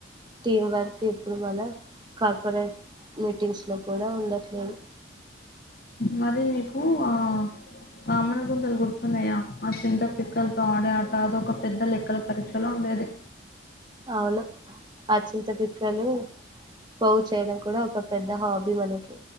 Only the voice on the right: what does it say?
టీం వర్క్ ఇప్పుడు మన కార్పొరేట్ మీటింగ్స్ లో కూడా ఉండట్లేదు
అవును ఆ చింత పీక్కలు పోగు చేయడం కూడా ఒక పెద్ద హాబీ వాళ్ల కీ